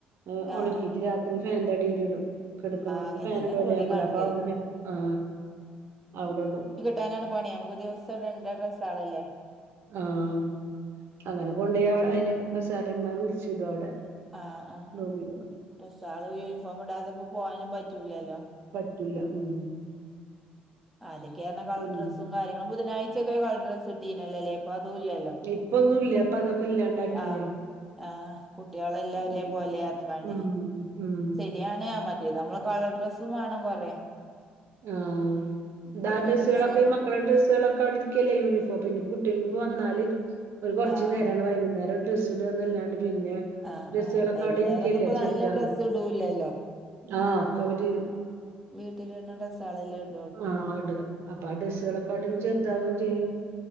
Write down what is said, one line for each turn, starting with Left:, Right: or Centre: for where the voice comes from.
Right: ഏഹ്
Centre: ആഹ്
Right: ഉണക്കിയിട്ട് രാ ത്രി ഫാൻ്റെ അഡീൽ ഇടും കിടുക്കണോടുത്ത്
Centre: ആഹ് അങ്ങനെ
Right: ഫാനടല്ലോ
Centre: തന്നെയാണ് ഇവിടെയും
Right: നമ്മള്
Centre: കാണിക്കല്
Right: അപ്പൊ ആ അവിടെടും
Centre: ഫാനാണ് പണിയ നമുക്ക് ദിവസം ഇടണ്ട ഡ്രസ്സാളല്ലേ
Right: ആഹ് അങ്ങനെ കൊണ്ടയി അയിന്റെ കസോരമ്മ വിരിച്ചിടും അവിടെ
Centre: ആഹ് ആഹ്
Right: റൂമില്
Centre: ഇപ്പം സാധ യൂണിഫോം ഇടാതെപ്പോ പോവാനും പറ്റൂലല്ലോ
Right: പറ്റൂല ഉം
Centre: ആദ്യക്കെ പറഞ്ഞ കളർ
Right: പിന്നെ
Centre: ഡ്രസ്സും കാര്യ ബുധനാഴ്ചൊക്കെ കളർ ഡ്രസ് കട്ടീനല്ലേ അപ്പൊ അതും ഇല്ല
Right: ഇപ്പൊന്നുല്ല ഇപ്പൊ അതൊക്കെ ഇല്ലാണ്ടാക്കില്ലേ
Centre: ആഹ് ആഹ് കുട്ടികള എല്ലാവരേ
Right: ഉം
Centre: പോലാ പറഞ്ഞ് കാണ്ടേ
Right: ഉം ഉം
Centre: ശരിയാണ് മറ്റേത നമ്മള് കളർ ഡ്രസ്സും വേണം കൊറേ
Right: ആഹ്
Centre: ഇപ്പൊ
Right: ദാദ്രസളക്ക
Centre: യൂണിഫോം
Right: മ ഡ്രസ്സുകളൊക്കെ അവിടെരിക്കല്ലേ യൂണിഫോം പിന്നെ കുട്ടികൾക്ക് വന്നാല് ഒരു കുറച്ചു
Centre: ആഹ്
Right: നേരാണ് വൈകുന്നേരം ഡ്രസ്സ് ഇടന്നല്ലാണ്ട് പിന്നെ
Centre: ആഹ്
Right: ഡ്രസ്സുകളൊക്കെ
Centre: ആഹ് വൈകുന്നേരം
Right: അവിടെ ഇരിക്കല്ലേ
Centre: ഒന്നും ഇപ്പൊ നല്ല
Right: ചെറുതാവും
Centre: ഡ്രസ്സ് ഇടൂലല്ലൊ
Right: ആഹ് ഒക്കെ അവര്
Centre: വീട്ടില് ഇടുന്ന ഡ്രസ്സാള‌ല്ലെ ഇ
Right: ആഹ് ഇട അപ്പൊ ആഹ് ഡ്രസ്സാളൊ കാട്ടിലും ചെറ്താവും ചെയ്യും